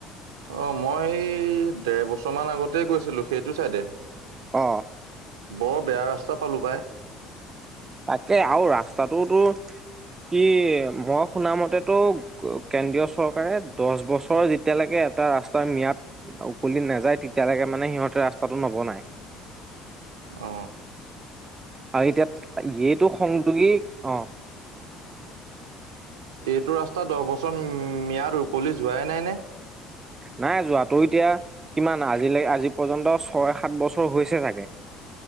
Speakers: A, on the right; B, on the right.
A: অ মই এই ডেৰ বছৰমান আগতে গৈছিলোঁ সেইটো ছাইডে
B: অ
A: বৰ বেয়া ৰাস্তা পালো পাই
B: তাকে আৰু ৰাস্তাটোতো কি মই শুনা মতেতো কেন্দ্ৰীয় চৰকাৰে দহ বছৰ যিত তেতিয়ালৈকে এটা ৰাস্তাৰ ম্যাদ উকলি নাযায় তেতিয়ালৈকে মানে সিহঁতে ৰাস্তাটো নবনায়
A: অ
B: আও এতিয়া এইটো সংযোগী অ
A: এইটো ৰাস্তা দহ বছৰ ম্যাদ উকলি যোৱাই নাই নে
B: নাই যোৱাটো এতিয়া কিমান আজিলে আজি পৰ্যন্ত ছয় সাত বছৰ হৈছে চাগে <inaudible>